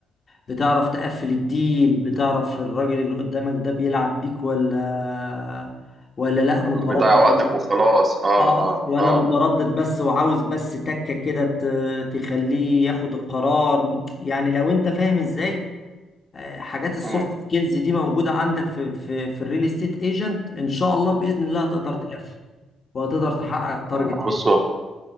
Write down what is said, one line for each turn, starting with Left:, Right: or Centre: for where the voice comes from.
Left: بتعرف تقفل الديل بتعرف الراجل اللي قدامك ده بيلعب بيك ولا ولا لا متردد
Right: ولا بيضيع وقتك
Left: ولا
Right: وخلاص اه
Left: اه
Right: اه
Left: ولا
Right: اه
Left: متردد بس وعاوز بس تكة كده ت... تخليه ياخد القرار يعني لو انت فاهم ازاي حاجات السوفت
Right: مم.
Left: سكيلز دي موجوده عندك في في في الريل استيت ايجنت ان شاء الله باذن الله هتقدر
Right: مم.
Left: تقفل وهتقدر تحقق تارجت
Right: مم. بصوا
Left: هنا